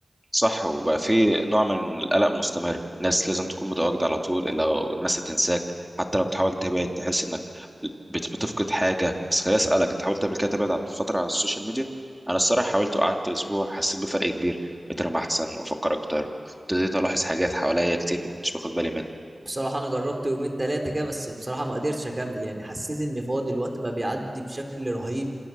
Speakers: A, in the centre; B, on the right.
A: صح وبقى في نوع من القلق مستمر ناس لازم تكون متواجدة على طول إلا الناس هتنساك حتى لو بتحاول تبعد تحس إنك بت- بتفقد حاجة بس خليني أسألك أنت حاولت قبل كده تبعد على فترة على السوشيال ميديا أنا الصراحة حاولت وقعدت أسبوع حسيت بفرق كبير بقيت أنام أحسن وأفكر أكتر ابتديت ألاحظ حاجات حواليا كتير ما كنتش باخد بالي منها
B: بصراحة أنا جربت يومين تلاتة كده بس بصراحة ما قدرتش أكمل يعني حسيت إن فاضي الوقت بقى بيعدي بشكل رهيب